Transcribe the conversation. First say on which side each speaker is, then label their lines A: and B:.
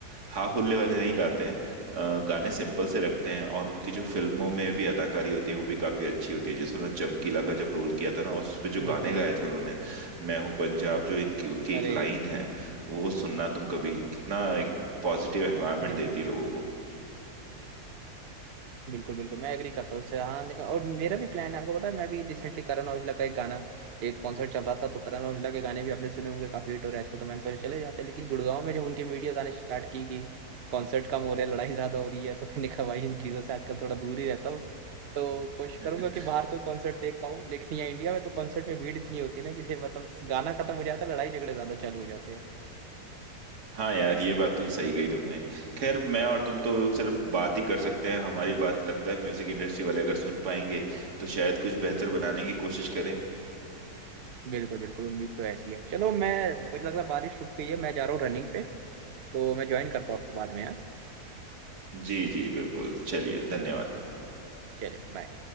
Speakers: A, on the right (about 70°); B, on the right (about 50°).
A: हा हुल्ले वाले नहीं गाते हैं अ, गाने सिंपल से रखते हैं और उनकी जो फिल्मों में भी अदाकारी होती है वो भी काफी अच्छी होती है जैसे उन्होंने चमकीला का जब रोल किया था ना उस पे जो
B: हम्म
A: गाने
B: हम्म
A: गाए थे उन्होंने मैं हूँ पंजाब जो इनकी उनकी
B: अरे
A: एक लाइन है वो सुनना तुम कभी कितना एक पॉजिटिव एनवायरनमेंट
B: बिल्कुल
A: देती है लोगों को
B: बिल्कुल बिल्कुल मैं एग्री करता हूँ इससे हाँ लेकिन और मेरा भी प्लान है आपको पता है मैं भी रिसेंटली करण औजला का एक गाना एक कॉन्सर्ट चल रहा था तो करण औजला के गाने भी आपने सुने होंगे काफी हिट हो रहे हैं आजकल तो मैंने सोचा चले जाते हैं लेकिन गुड़गांव में जब उनके वीडियोज आने स्टार्ट की कि कॉन्सर्ट कम हो रहा है लड़ाई ज्यादा हो रही है तो मैंने कहा भाई इन चीजों से आजकल थोड़ा दूर ही रहता हूँ तो कोशिश
A: <laughs>
B: करूंगा कि बाहर कोई कॉन्सर्ट देख पाऊँ लेकिन यहाँ इंडिया में तो कॉन्सर्ट में भीड़ इतनी होती है ना कि ये मतलब गाना खत्म हो जाता है लड़ाई झगड़े ज्यादा चालू हो जाते हैं
A: हाँ यार ये बात तो सही कही तुमने खैर मैं और तुम तो सिर्फ बात ही कर सकते हैं हमारी बात लगता है म्यूजिक इंडस्ट्री वाले अगर सुन पाएंगे तो शायद कुछ बेहतर बनाने की कोशिश करें
B: बिल्कुल बिल्कुल उम्मीद तो ऐसी है चलो मैं मुझे लग रहा है बारिश रुक गई है मैं जा रहा हूँ रनिंग पे तो मैं ज्वाइन करता हूँ आपको बाद में यार
A: जी जी बिल्कुल चलिए धन्यवाद
B: चले बाय